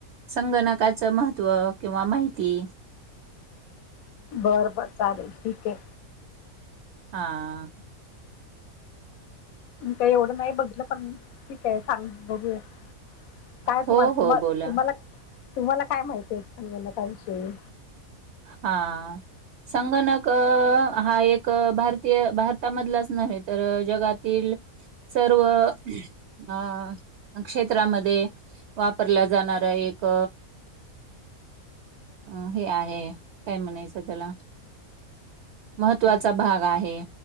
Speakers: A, on the right; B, on the left.
A: संगणकाचं महत्त्व किंवा माहिती.
B: बर- बर चालेल ठीके.
A: हा.
B: मी काय एवढं नाही बघीतलं पण ठीके सांग बघूयात. काय
A: हो
B: तुम्हाला तुम्हाला
A: हो बोला
B: तुम्हा तुम्हाला काय माहितीये संगणकाविषयी
A: हा संगणक हा एक भारतीय भारतामधलाच नव्हे तर जगातील- सर्व ह क्षेत्रामध्ये वापरला जाणारा एक- अ हे आहे काय म्हणायचं त्याला- महत्त्वाचा भाग आहे